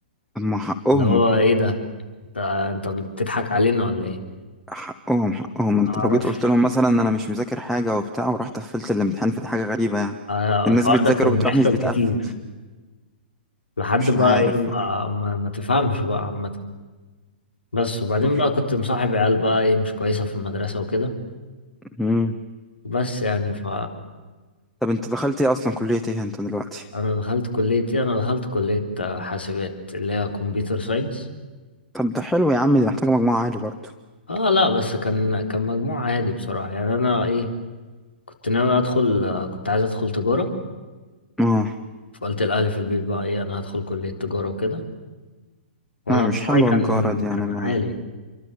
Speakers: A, in the centre; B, on the left (about 80°).
A: اما حقهم
B: اللي هو ايه ده انت انت بتضحك علينا ولا ايه
A: حقهم حقهم
B: ما
A: انت
B: اعرفش
A: لو جيت قلت لهم مثلا انا مش مذاكر حاجة وبتاع ورحت قفلت الامتحان فدي حاجة غريبة يعني
B: آه،
A: الناس
B: الحوار
A: بتذاكر
B: ده كان
A: وبتروح
B: بيحصل
A: مش بتقفل
B: كتير لحد
A: مش
B: بقى
A: عارف
B: ايه ما
A: بقى
B: ما, ما تفهمش بقى عامة بس وبعدين
A: طب
B: بقى كنت مصاحب عيال بقى ايه مش كويسة في المدرسة وكده
A: مم.
B: بس يعني ف
A: طب انت دخلت ايه اصلا كلية ايه انت دلوقتي
B: انا دخلت كلية ايه انا دخلت كلية آه، حاسبات اللي هي كمبيوتر ساينس
A: طب ده حلو يا عم دي محتاجة مجموعة عالي برضه
B: اه لا بس كان كان مجموع عادي بصراحة يعني انا ايه كنت ناوي ادخل آه، كنت عايز ادخل تجارة
A: اه
B: فقلت لأهلي في البيت بقى ايه انا هدخل كلية تجارة وكده وانا
A: لا مش
B: مجموعي
A: حلوة
B: كان
A: الجارة دي يعني
B: كان
A: ما
B: عالي